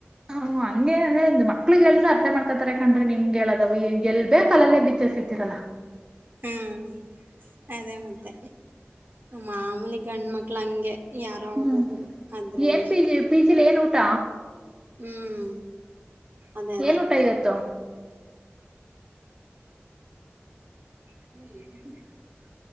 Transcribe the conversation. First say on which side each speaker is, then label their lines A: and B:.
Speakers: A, on the right; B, on the right.
A: ಹಾ ಹಂಗೇಏನಂದ್ರೆ ಮಕ್ಳಿಗೆ ಎಲ್ದ ಅರ್ಥ ಮಾಡ್ಕತಾರೆಾಕಂಡ್ರೆ ನಿಮ್ಗೆ ಹೇಳದ ಎಲ್ ಬೇಕಲ್ಲಲ್ಲೇ ಬಿತ್ತಿಸಿದ್ದೀರಲ್ಲ
B: ಹ್ಮ್ ಅದೇ ಮತ್ತೆ ಮಾಮೂಲಿ ಗಂಡ್ಮಕ್ಳ ಹಂಗೆ ಯಾರೋ
A: ಹ್ಮ್
B: ಒಬ್ಬೊಬ್ರು ಅದರಲ್ಲಿ
A: ಏನ್ ಪಿ ಜಿ ಪಿ ಜಿಲಿ ಏನ್ ಊಟ
B: ಹ್ಮ್ ಅದೇ ಅದೇ
A: ಏನ್ ಊಟ ಇವತ್ತು
B: <inaudible>